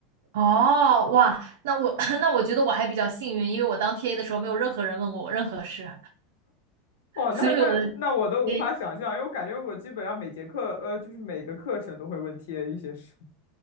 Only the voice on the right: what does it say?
哦，哇，那我 <laughs> 那我觉得我还比较幸运，因为我当 TA 的时候没有任何人问过我任何事，
所以我的
T A